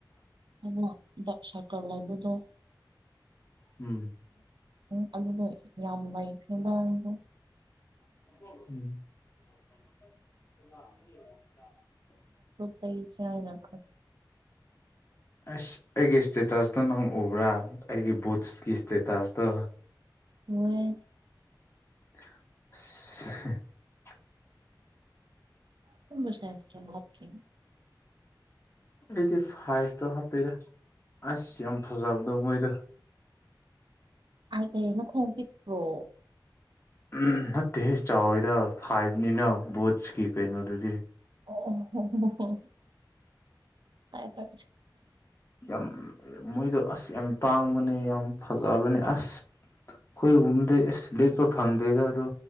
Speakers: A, on the right; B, on the left.
A: ꯑ ꯗ ꯁꯀ꯭ꯔ ꯂ ꯑꯗꯨꯗ
B: ꯎꯝ
A: ꯎ ꯑꯗꯨꯗ ꯌꯥꯝ ꯅꯩꯈꯔ꯭ꯦ ꯃꯥꯗꯣ
B: <unintelligible>
A: ꯀꯩ ꯆꯥꯏꯔ
B: ꯑꯁ ꯑꯩꯒꯤ ꯏꯁꯇꯦ ꯇꯣ ꯅꯪ ꯎꯕ꯭ꯔꯥ ꯑꯩꯒꯤ ꯕꯨꯠꯁꯀꯤ ꯏꯁꯇꯦꯇꯁꯇꯣ
A: ꯃꯨꯌꯦ
B: <unintelligible>
A: ꯅꯪꯕꯨ ꯁꯥꯏꯁ ꯀꯌꯥ ꯍꯥꯞꯀꯦ
B: ꯑꯩꯗꯤ ꯐꯥꯏꯞꯇꯣ ꯍꯥꯄꯦꯗ ꯑꯁ ꯌꯥꯝ ꯐꯖꯕꯗꯣ ꯃꯣꯏꯗ <inaudible>
A: ꯀꯩꯒꯤ ꯅꯈꯣꯡ ꯄꯤꯛꯄ꯭ꯔꯣ
B: ꯎꯝ ꯅꯠꯇꯦ ꯆꯥꯎꯋꯤꯗ ꯐꯥꯏꯕꯅꯤꯅ ꯕꯣꯠꯁꯀꯤ ꯀꯩꯅꯣꯗꯨꯗꯤ
A: ꯑꯣ ꯍ ꯐ
B: ꯌꯥꯝ ꯃꯣꯏꯗꯣ ꯑꯁ ꯌꯥꯝ ꯇꯥꯡꯕꯅꯦ ꯌꯥꯝ ꯐꯖꯕꯅꯦ ꯑꯁ ꯈꯣꯏꯒꯨꯝꯕꯗꯤ ꯑꯁ ꯂꯦꯠꯄ ꯐꯪꯗ꯭ꯔꯦꯗ ꯑꯗꯣ